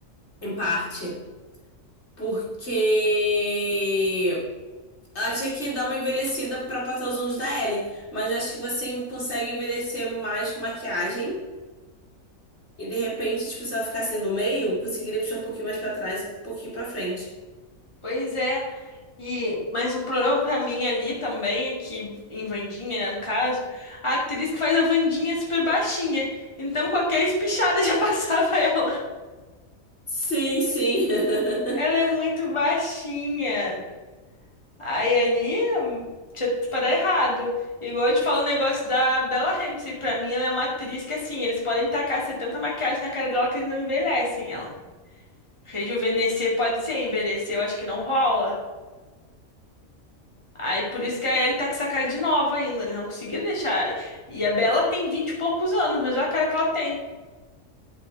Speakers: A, on the left; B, on the left.
A: Em parte, Porque ela tinha que dar uma envelhecida pra passar os anos da Ellie. Mas eu acho que você consegue envelhecer mais com maquiagem. E de repente, tipo, se ela ficasse ali no meio, conseguiria puxar um pouquinho mais pra trás e um pouquinho pra frente.
B: pois é. E, mas o problema pra mim ali também é que, em Wandinha, né, no caso, a atriz que faz a Wandinha é super baixinha. Então qualquer espichada já <laughs> passava ela.
A: Sim, sim.
B: Ela é
A: <laughs>
B: muito baixinha. Aí ali hum, tinha tudo pra dar errado. Igual eu te falo o negócio da Bella Ramsey. Pra mim, ela é uma atriz que, assim, eles podem tacar 70 maquiagens na cara dela que eles não envelhecem ela. Rejuvenescer pode ser, envelhecer eu acho que não rola. Aí por isso que a Ellie tá com essa cara de nova ainda. Eles não conseguiram deixar. E a Bella tem 20 e poucos anos, mas olha a cara que ela tem.